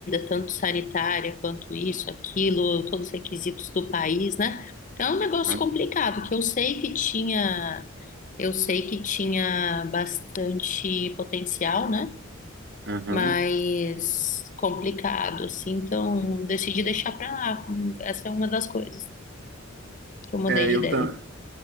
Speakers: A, on the left; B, on the right.
A: tanto sanitária quanto isso, aquilo, todos os requisitos do país, né? Então é um negócio
B: uhum,
A: complicado, que eu sei que tinha, eu sei que tinha bastante potencial, né?
B: uhum.
A: Mas complicado, assim, então decidi deixar pra lá. Essa é uma das coisas que eu mudei
B: É,
A: de
B: eu,
A: ideia.
B: ta-